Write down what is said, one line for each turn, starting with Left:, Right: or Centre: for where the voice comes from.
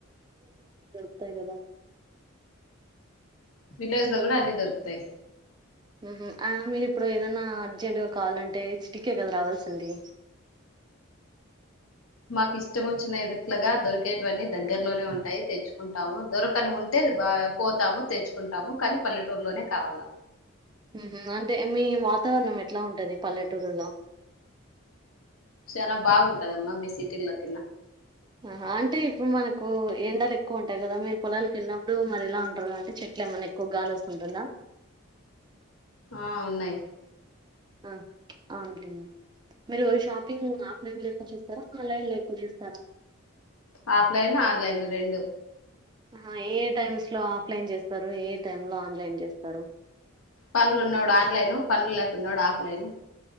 Right: వత్తాయి కదా
Left: విలేజ్ లో కూడా అన్ని దొరుకుతాయి
Right: ఉహు మీరు ఇప్పుడు ఏదైనా అర్జెంట్ గా కావాలంటే చిటికె కద రావాల్సింది
Left: మాకు ఇష్టం వచ్చిన ఎదుట్లుగా దొరికేటివన్నీ దగ్గర్లోనే ఉంటాయి. తెచ్చుకుంటాము. దొరకనివి ఉంటే బా పోతాము తెచ్చుకుంటాము. కానీ పల్లెటూరులోనే కావాల్ల
Right: ఉహ్మ్ అంటే మీ వాతావరణం ఎట్లా ఉంటది పల్లెటూర్ల లా?
Left: చాలా బాగుంటదమ్మా మీ సిటీ లకన్నా
Right: ఆహా అంటే ఇప్పుడు మనకు ఎండలు ఎక్కువ ఉంటాయి కదా మీరు పొలాల కి వెళ్ళినప్పుడు మరి ఇలా ఉంటారు కాబ్బటి చెట్లు ఏమన్నా ఎక్కువ గాలి వస్తుంటుందా?
Left: ఆ ఉన్నాయ్
Right: ఆ అవునులేం మీరు షాపింగ్ ఓఫ్ఫ్లిన్ లో ఎక్కువ చేస్తారా ఆన్లైన్ లో ఎక్కువ చేస్తారా?
Left: ఓఫ్ఫ్లిను ఆన్లైను రెండు
Right: ఆహా ఏ ఏ టైమ్స్ లో ఆఫ్ లైన్ చేస్తారు ఏ ఏ టైమ్ లో ఆన్లైన్ చేస్తారు?
Left: పనులు ఉనోడు ఆన్లైను పనులు లేనోడు ఆఫ్లైను